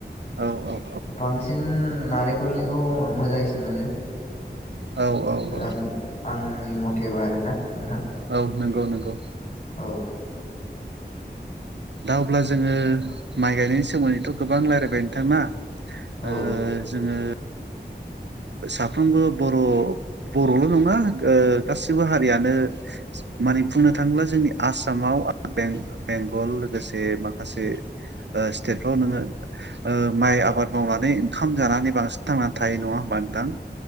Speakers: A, on the right; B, on the left.
A: औ औ
B: बांसिन नारेंखलनिखौ मोजांसिन मोनो।
A: औ औ औ।
B: आं आंनि मथेबा आरो ना नोंथां।
A: औ नंगौ नंगौ।
B: औ।
A: दा अब्ला जोङो माइ गायनायनि सोमोन्दैथ' गोबां रायलायबाय नोथां ना
B: औ
A: ओ जोङो साफ्रोमबो बर' बर'ल' नङा ओ गासिबो हारियानो माने बुंनो थाङोब्ला जोंनि आसामाव बें-बेंगल लोगोसे माखासे स्टेटफ्राव नोङो ओ माइ आबाद मावनानै ओंखाम जानानै बांसिन थांनानै थायो नङा होमबा नोंथां?